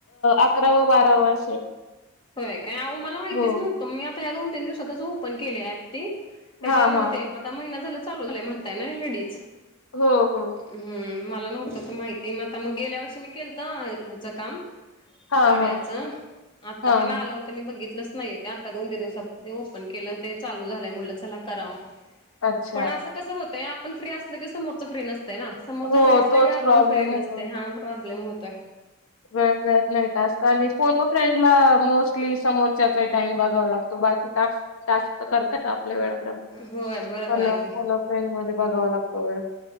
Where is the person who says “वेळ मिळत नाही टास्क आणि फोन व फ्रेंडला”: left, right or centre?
Left